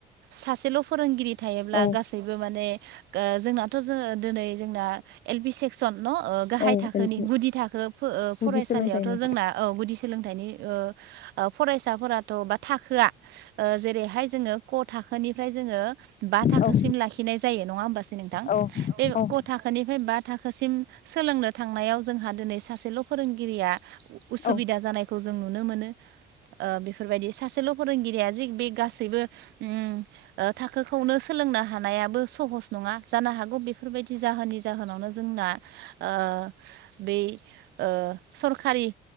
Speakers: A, on the right; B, on the left.
A: सासेल' फोरोंगिरि थायोब्ला
B: औ
A: गासैबो माने ओ जोंनाथ' जोङो दिनै जोंना एल पि सेक्सन न' ओ गाहाय
B: औ
A: थाखोनि
B: एल पि
A: गुदि थाखो फरायसालियावथ'
B: गुदि सोलोंथाइनि
A: जोंना औ गुदि सोलोंथाइनि ओ ओ फरायसाफोराथ' बा थाखोआ ओ जेरैहाय जोङो क थाखोनिफ्राय जोङो बा थाखोसिम
B: औ
A: लाखि खिनाय जायो नङा होमबासो नोंथां
B: औ
A: बे
B: औ
A: क' थाखोनिफ्राय बा थाखोसिम सोलोंनो थांनायाव जोंहा दिनै सासेल' फोरोंगिरिया उसुबिदा
B: औ
A: जानायखौ जों नुनो मोनो ओ बेफोरबायदि सासेल' फोरोंगिरिया जे बे गासैबो ओम ओ थाखोखौनो सोलोंनो हानाया बो सहस नङा जानो हागौ बेफोरबायदि जाहोननि जाहोनावनो जोंना ओ बै ओ सरखारि